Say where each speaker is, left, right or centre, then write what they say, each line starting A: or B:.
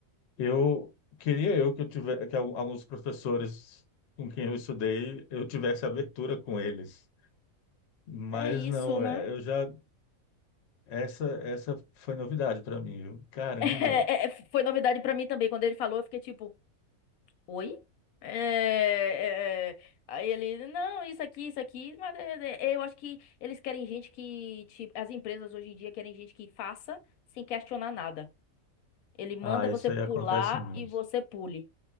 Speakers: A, on the left; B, on the left.
A: eu queria eu que eu tivesse que al- alguns professores com quem eu estudei, eu tivesse abertura com eles. Mas
B: É isso,
A: não,
B: né?
A: é, eu já
B: <laughs>
A: essa essa foi novidade para mim, viu? Caramba,
B: É, é, foi novidade pra mim também. Quando ele falou, eu fiquei tipo. Oi? É, é, é. aí ele, não, isso aqui, isso aqui, mas é, é, é, eu acho que eles querem gente que, tipo, as empresas hoje em dia querem gente que faça sem questionar nada. Ele manda
A: Ah,
B: você
A: isso
B: pular
A: aí acontece muito.
B: e você pule.